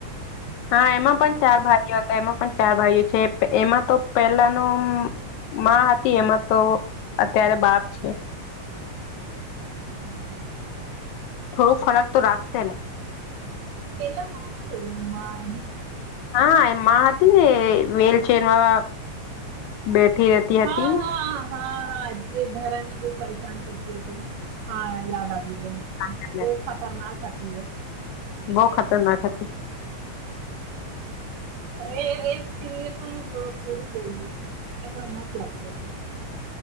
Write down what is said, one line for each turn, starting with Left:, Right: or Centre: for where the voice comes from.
Left: હા એમાં પણ ચાર ભાઈઓ હતા એમાં પણ ચાર ભાઈઓ છે એમાં તો પેલાનું. માં હતી એમાં તો અત્યારે બાપ છે.
Right: હા બરાબર
Left: થોડોક ફરક. તો રાખશે ને
Right: પેલામાં હતું એમાં એની.
Left: હા એમાં હતી ને વીલચેર માં બેઠી રહેતી
Right: હા
Left: હતી.
Right: હા હા હા જે ધરાને બહુ પરેશાન કરતી હતીને. હા યાદ આવી ગયુ
Left: ધારાસભ્ય
Right: બહુ
Left: હતી.
Right: ખતરનાક હતી એ
Left: બહુ ખતરનાક હતી.
Right: એ સિરિયલ પણ પૂરું જોયલુ મને પણ મસ્ત લાગતી હતી.